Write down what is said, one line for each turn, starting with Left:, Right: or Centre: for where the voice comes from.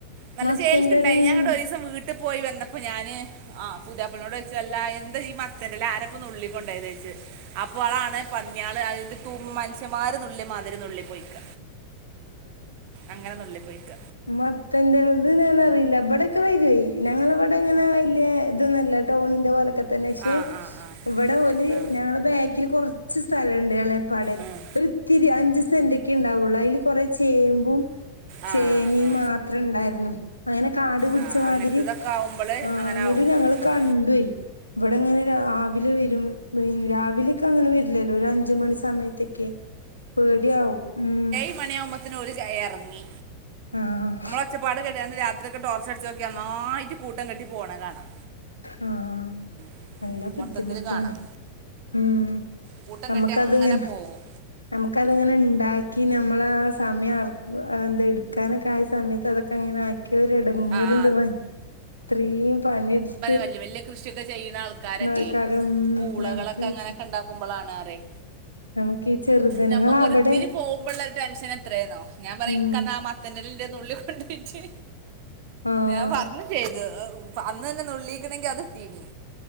Right: നല്ല
Left: മത്തന്റെലണ്ട്
Right: ചേൽക്ക് ണ്ടായി നി ഞാങ്ങട്ടൊരീസം വീ ട്ട്പ്പോയി വന്നപ്പോ ഞാന് ആ പുത്യാപ്ലനോടോയ്ച്ച് അല്ലാ എന്ത ഈ മ ത്തന്റെ എല ആരാ പ്പം നുള്ളി കൊണ്ടോയതോയ്ച്ച് അപ്പോളാണ് പന്ന്യാള് ആയിൻ്റെ തൂ മനുഷ്യമാര് നുള്ളി മാതിരി നുള്ളി പോയിക്ക അങ്ങനെ നുള്ളി പോയേക്ക
Left: മത്തൻ്റെലത് ഞാനറീല ഇബടെക്കെ വരോയ് ഞങ്ങളവ്ടങ്ങനെ വല്ല്യേ തൊന്നല്ല ടൗണിന്റെ പോലെക്കെ തന്നെ ക്ഷെ
Right: ആ ആ ആ
Left: ഇവടെ ഓല്
Right: ആ
Left: ഞങ്ങള ബേക്കില് കൊർച്ച് സ്ഥലണ്ട് എളേ പ്പാടെ
Right: ഉം.
Left: ഒര്ത്തിരി അഞ്ച്സെൻ്റെക്കെ ഇണ്ടാവോള്ളൂ അയ്ല് കൊറേ ചേമ്പും
Right: ആ
Left: ചേനി
Right: ആ
Left: മാത്രണ്ടായ്രുന്നു അങ്ങെനെ കാട് പിട്ച്ചമാതിരി
Right: ആ അങ്ങനത്തതൊക്കെ ആവുമ്പോൾ
Left: ആ
Right: അങ്ങനെ
Left: ങ്ങട്ട്ഞങ്ങള്
Right: ആവും ഉം.
Left: കണ്ടുയ് ഇവിടെങ്ങനെ രാ ആ വിലെ വരും പിൻ രാവിലെക്കങ്ങനെ വര്ല്ലല്ലോ ഒരഞ്ചുമണി സമയത്തെക്കെ പേട്യാവും ഉം
Right: <unintelligible> മണിയാവുമ്പത്തേന് ഒരു കയറെങ്ങി
Left: ഉം
Right: ഒച്ചപ്പാട് കേട്ട് രാത്രിക്ക് ടോർച്ചടിച്ച് നോക്കിയ ഒന്നായിട്ട് കൂട്ടം കെട്ടി പോണ കാണാം
Left: ഉം
Right: ഉം
Left: നല്ല ബുദ്ധിമുട്ടാണ്
Right: മൊത്തത്തില് കാണാം
Left: ഉം
Right: കൂട്ടം
Left: നമ്മക്കദിങ്ങനെ
Right: കെട്ടി അങ്ങനെ പോകും
Left: ഞമ്മക്കതിങ്ങന്ണ്ടാക്കി ഞമ്മളാ സമയ അർ എന്ത എട് ക്കാനൊക്കായ സമയത്ത് അതൊക്കെ അങ്ങനെ ആക്കിയൊരെടങ്ങേറ്ണ്ട്
Right: ആഹ്
Left: മൻ ത്രീം പണിട്
Right: വല്യവല്ല്യ കൃഷിയൊക്കെ ചെയ്യുന്നാൾക്കാരെക്കെയ്
Left: നോക്കാനും
Right: പൂളകളൊക്കെ
Left: നമുക്ക് ഈ
Right: അങ്ങനക്കൊണ്ടാക് <unintelligible>
Left: നമുക്ക് ഈ ചെറുതനങ്ങള്
Right: ഞമ്മക്കൊരിത്തിരി
Left: അവിടെ
Right: പോകുമ്പോള്ളര് ടെൻഷനെത്രേന്നോ ഞാം പറ
Left: ഉം
Right: ഇൻക്കന്നാ മത് ത്തലന്റെ നുള്ളി കൊണ്ടോയ് വെച്ച്
Left: ആഹ്
Right: ഞാൻ പറഞ്ഞു ചെയ്തു പ്പൊ അന്ന്തന്നെ നുള്ളിക്ക്ണേങ്കി അത് തീനി